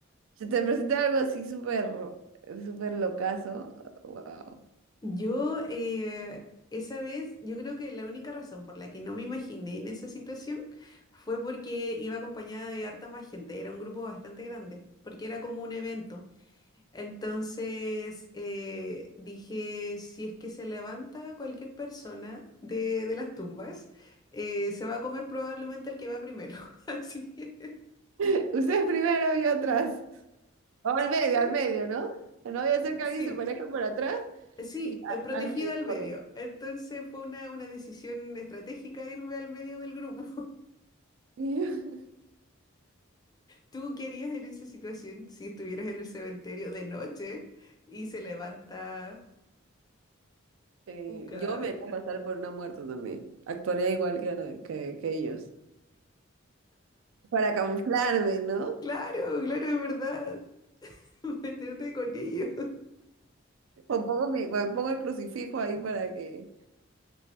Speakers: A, on the right; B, on the left.
A: se te presenta algo así súper, súper locazo? Wow.
B: Yo, eh, esa vez, yo creo que la única razón por la que no me imaginé en esa situación fue porque iba acompañada de harta más gente, era un grupo bastante grande, porque era como un evento. Entonces, eh, dije, si es que se levanta cualquier persona de, de las tumbas, eh, se va a comer probablemente el que va primero. <laughs> Así que,
A: <laughs> Ustedes primero y otras. O al medio,
B: sí,
A: al medio, ¿no? No voy a hacer que alguien
B: sí.
A: se parezca por atrás
B: Sí,
A: y a-
B: eh, protegida
A: al medio,
B: al
A: corre.
B: medio. Entonces fue una, una decisión estratégica irme al medio del grupo.
A: <laughs>
B: ¿Tú qué harías en esa situación si estuvieras en el cementerio de noche y se levanta
A: Eh,
B: un cadáver?
A: yo me voy a pasar por una muerta también. Actuaría igual que, que, que ellos. Para camuflarme, ¿no?
B: Claro, claro, es verdad. <laughs> Meterte con ellos
A: O pongo mi, o pongo el crucifijo ahí para que,